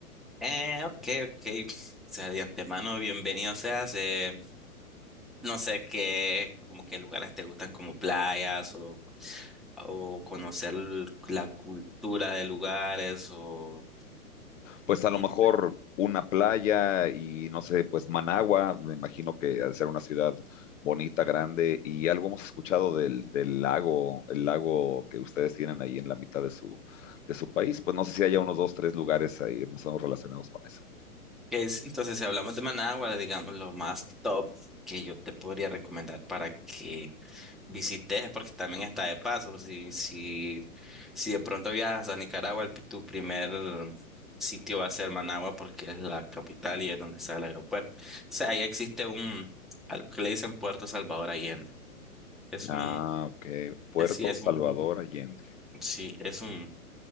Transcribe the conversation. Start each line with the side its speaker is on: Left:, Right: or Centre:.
Centre: Eh, ok, ok. O sea, de antemano, bienvenido seas. eh, no sé qué, como qué lugares te gustan, como playas o, o conocer l- la cultura de lugares o...
Left: pues a lo
Centre: no
Left: mejor
Centre: sé.
Left: una playa y no sé, pues Managua, me imagino que ha de ser una ciudad bonita, grande, y algo hemos escuchado del, del lago, el lago que ustedes tienen ahí en la mitad de su, de su país, pues no sé si haya unos dos, tres lugares ahí más o menos relacionados con eso.
Centre: ¿Qué es? Entonces, si hablamos de Managua, digamos, lo más top que yo te podría recomendar para que visites, porque también está de paso. por Si, si, si de pronto viajas a Nicaragua, el pi- tu primer sitio va a ser Managua, porque es la capital y es donde está el aeropuerto. O sea, ahí existe un, algo que le dicen Puerto Salvador Allende. Es
Left: Ah,
Centre: un,
Left: ok. Puerto
Centre: es, sí, es
Left: Salvador
Centre: un,
Left: Allende.
Centre: sí, es un,